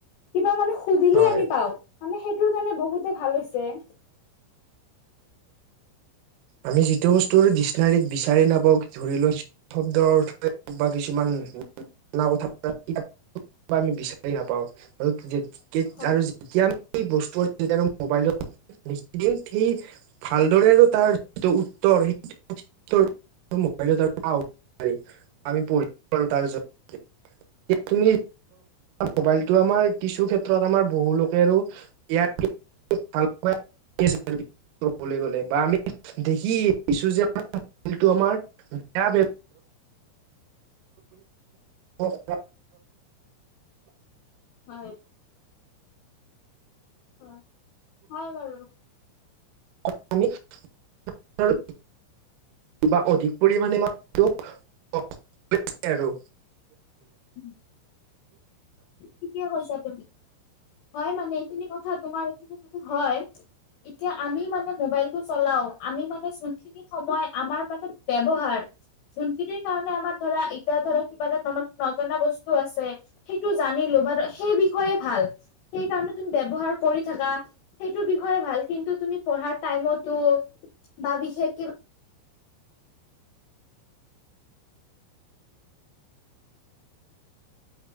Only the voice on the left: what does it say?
কিবা মানে সুধিলেই
আমি পাও মানে সেইটোৰ কাৰণে বহুতে ভাল হৈছে। দে
হয়।
<inaudible>
হয় হয় হয় বাৰু
উম ঠিকে কৈছা তুমি হয় মানে এইখিনি কথা তোমাৰ এইখিনি কথা হয়। এতিয়া আমি মানে মোবাইলটো চলাও আমি মানে চি কি সময় আমাৰ বাবে ব্যৱহাৰ, যোনখিনিৰ কাৰণে আমাৰ ধৰা এতিয়া ধৰা কিবা এটা মনত নজনা বস্তু আছে। সেই টো জানি লবাটো সেই বিষয়ে ভাল সেই কাৰণে তুমি ব্যৱহাৰ কৰি থাকা সেইটো বিষয়টো য়ে ভাল কিন্তু তুমি পঢ়াৰ টাইমতো বা বিশেষ কিবা